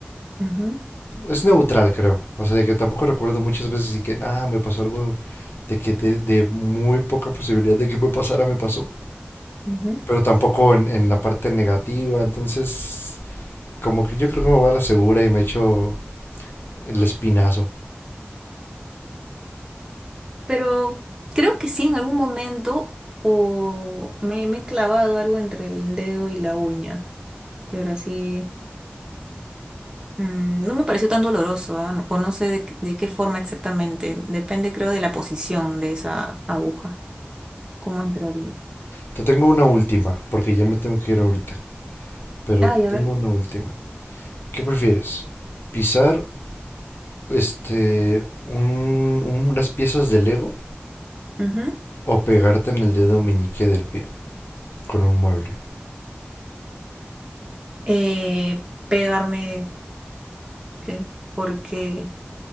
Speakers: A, on the right; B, on the left.
A: Ujú,
B: Es neutral, creo. O sea, de que tampoco recuerdo muchas veces y que, nada, me pasó algo de que de, de muy poca posibilidad de que me pasara, me pasó.
A: ujú.
B: Pero tampoco en, en la parte negativa, entonces, como que yo creo que me voy a la segura y me echo el espinazo.
A: Pero creo que sí, en algún momento o me, me he clavado algo entre el dedo y la uña, pero así mm, no me pareció tan doloroso, ¿ah? No, O no sé de, qué de qué forma exactamente, depende creo de la posición de esa aguja, cómo entraría.
B: Te tengo una última, porque ya me tengo que ir ahorita, pero
A: Ah, ya
B: tengo
A: ver.
B: una última. ¿Qué prefieres? ¿Pisar este un- unas piezas de Lego
A: Ujú.
B: o pegarte en el dedo meñique del pie con un mueble?
A: Eh, pegarme que- porque